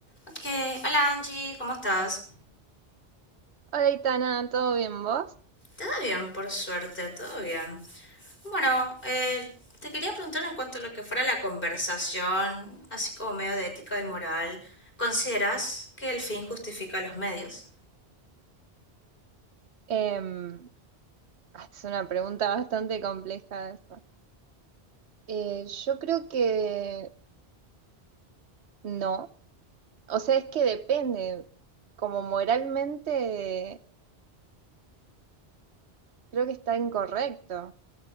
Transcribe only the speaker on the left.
Ok, hola Angie, ¿cómo estás?
Todo bien, por suerte, todo bien. Bueno, eh, te quería preguntar en cuanto a lo que fuera la conversación, así como medio de ética y moral, ¿consideras que el fin justifica los medios?